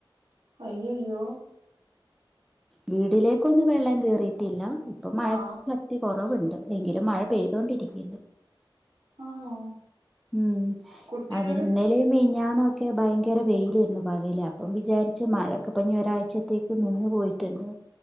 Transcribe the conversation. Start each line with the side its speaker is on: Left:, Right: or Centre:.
Right: അയ്യ യ്യോ
Centre: വീടിലേക്കൊന്നും വെള്ളം കേറിട്ടില്ല. ഇപ്പോ മഴ
Right: ആഹ്
Centre: കൊറവൊണ്ട് എങ്കിലും മഴ പെയ്തോണ്ടിരിക്ക
Right: ആണോ
Centre: ഉം
Right: കുട്ടികള്
Centre: അതിന്നേയ് ല മിന്ഞ്ഞാനൊക്കെ ഭയങ്കര വെയിലായിരുന്നുപകൽ, അപ്പം വിചാരിച്ച് മഴൊക്കെ ഇഞ് ഒരാഴ്ചത്തേക്ക് ഇത് നിന്ന് പോയിട്ടണ്ട്